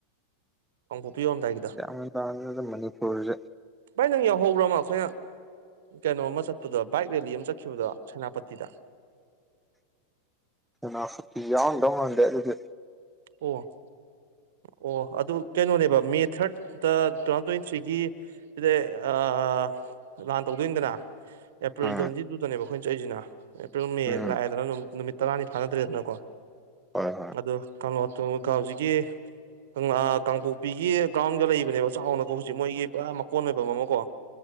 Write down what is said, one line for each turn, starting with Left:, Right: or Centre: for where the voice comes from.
Right: ꯀꯥꯡꯄꯣꯛꯄꯤ ꯍꯧꯔꯝꯗꯥꯏꯒꯤꯗ‌꯫
Centre: ꯒꯌꯥꯟ ꯇꯥꯗ꯭ꯔ‌ꯦꯗ ꯃꯅꯤꯄꯨꯔꯁꯦ꯫
Right: ꯕꯥꯏ ꯅꯪ ꯌꯥꯎꯍꯧꯕ꯭ꯔ ꯑꯃ ꯑꯩꯈꯣꯏꯅ ꯀꯩꯅꯣ ꯑꯃ ꯆꯠꯄꯗ‌ꯣ ꯕꯥꯏꯛ ꯔꯦꯂꯤ ꯑꯃ ꯆꯠꯈꯤꯕꯗꯣ ꯁꯦꯅꯥꯄꯇꯤꯗ꯫
Centre: ꯁꯦꯅꯥꯄꯇꯤ ꯌꯧꯔꯝꯗꯧ ꯃꯟꯗ‌ꯦ ꯑꯗꯨꯗꯤ꯫
Right: ꯑꯣ꯫ ꯑꯣ ꯑꯗꯨ ꯀꯩꯅꯣꯅꯦꯕ ꯃꯦ ꯊꯥꯔꯗꯠꯇ ꯇꯨ ꯊꯥꯎꯖꯟ ꯇ꯭ꯋꯦꯟꯇꯤ ꯊ꯭ꯔꯤꯒꯤ ꯂꯩ ꯑꯥ ꯂꯥꯟ ꯇꯧꯗꯣꯏꯅꯤꯗꯅ ꯑꯦꯄ꯭ꯔꯤꯜ
Centre: ꯎꯝ
Right: ꯇ꯭ꯋꯦꯟꯇꯤ ꯇꯨꯗꯅꯦꯕ ꯑꯩꯈꯣꯏꯅ ꯆꯠꯂꯤꯖꯤꯅ ꯑꯦꯄ꯭ꯔꯤꯜ ꯃ‌ꯦ
Centre: ꯎꯝ
Right: ꯂꯥꯛꯑꯦꯗꯅ ꯑꯗꯨꯝ ꯅꯨꯃꯤꯠ ꯇꯔꯥꯅꯤ ꯐꯥꯅꯗ꯭ꯔꯦꯗꯅꯀꯣ
Centre: ꯍꯣꯏ ꯍꯣꯏ
Right: ꯑꯗꯨ ꯀꯪꯂꫭꯇꯣ ꯀ ꯍꯧꯖꯤꯛꯀꯤ ꯀꯪꯂ ꯀꯥꯡꯄꯣꯛꯄꯤꯒꯤ ꯒ꯭ꯔꯥꯎꯟꯒ ꯂꯩꯕꯅꯦꯕ ꯆꯥꯎꯅꯀꯣ ꯍꯧꯖꯤꯛ ꯃꯣꯏꯒꯤ ꯄꯨꯔꯥ ꯃꯀꯣꯟ ꯑꯣꯏꯚꯝ ꯑꯃ ꯀꯣ